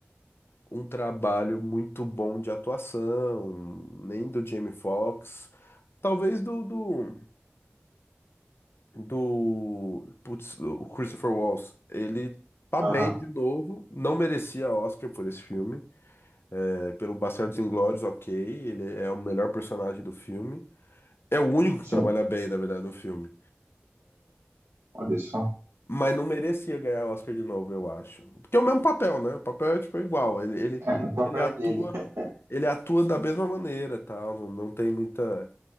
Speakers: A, on the left (about 65°); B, on the right (about 80°).
A: um trabalho muito bom de atuação, nem do Jamie Foxx. Talvez do, do, do, putz, o Christopher Waltz. Ele tá
B: aham,
A: bem de novo, não merecia Oscar por esse filme. É, pelo Bastardos Inglórios, ok, ele é o melhor personagem do filme. É o único
B: sim.
A: que trabalha bem, na verdade, no filme.
B: Olha só,
A: Mas não merecia ganhar Oscar de novo, eu acho. Porque é o mesmo papel, né? O papel é tipo igual. Ele, ele, ele,
B: o papel
A: ele atua,
B: é dele. <laughs>
A: ele atua da mesma maneira, tal. Não, não tem muita,